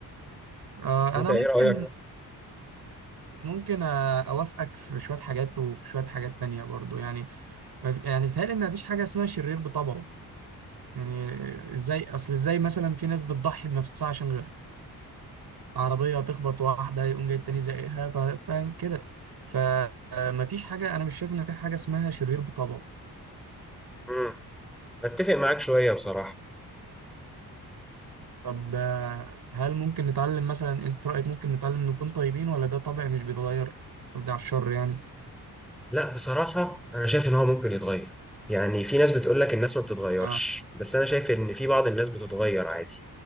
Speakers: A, on the right; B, in the centre.
A: آه
B: انت
A: أنا
B: ايه
A: ممكن
B: رأيك
A: ممكن آه، أوافقك في شوية حاجات وفي شوية حاجات تانية برضو يعني ما في- يعني بيتهيألي إن مفيش حاجة اسمها شرير بطبعه يعني ازاي أصل ازاي مثلا في ناس بتضحي بنفسها عشان غيرها عربية تخبط واحدة يقوم جاي التاني زقها فا- فاهم كده فمفيش حاجة أنا مش شايف إن في حاجة اسمها شرير بطبعه
B: امم اتفق معاك شويه بصراحه
A: طب آه، هل ممكن نتعلم مثلا انت في رأيك ممكن نتعلم نكون طيبين ولا ده طبع مش بيتغير قصدي على الشر يعني
B: لا بصراحه انا شايف ان هو ممكن يتغير يعني في ناس بتقول لك الناس ما بتتغيرش
A: اه
B: بس انا شايف ان في بعض الناس بتتغير عادي